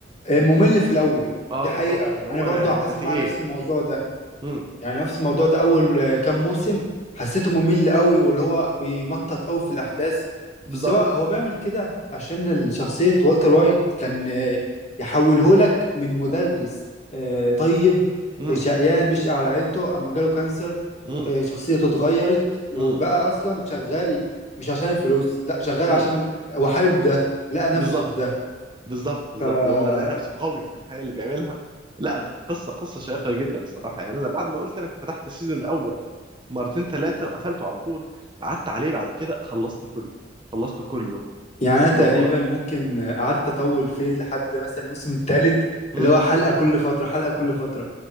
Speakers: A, on the left; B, on the right.
A: ممل في الاول
B: اه
A: دي
B: بالظبط
A: حقيقة
B: اللي هو
A: انا برضو
B: انا
A: حصل
B: انت في
A: معايا
B: ايه
A: نفس الموضوع ده
B: امم
A: يعني نفس الموضوع ده اول آه، كام موسم حسيته ممل قوي واللي هو بيمطط قوي في الاحداث
B: بالظبط
A: بس هو هو بيعمل كده عشان شخصية والتر وايت كان آه، يحوله لك من مدرس آه، طيب
B: امم
A: آه، شقيان بيشقى على عيلته اما جاله كانسر
B: امم
A: آه، شخصيته اتغيرت وبقى
B: امم
A: اصلا شغال مش عشان الفلوس لا شغال
B: امم
A: عشان هو حابب ده لقى نفسه
B: بالظبط
A: في
B: بالظبط بالظبط
A: ده
B: اللي هو لقى نفسه قوي في الحاجه اللي بيعملها لا قصه قصه شيقه جدا الصراحه يعني انا بعد ما قلت لك فتحت السيزون الاول مرتين ثلاثه وقفلته على طول قعدت عليه بعد كده خلصته كله خلصته كله
A: يعني أنا تقريبا
B: اللي هو
A: ممكن قعدت أطول فيه لحد مثلا الموسم الثالث
B: امم
A: اللي هو حلقة كل فترة حلقة كل فترة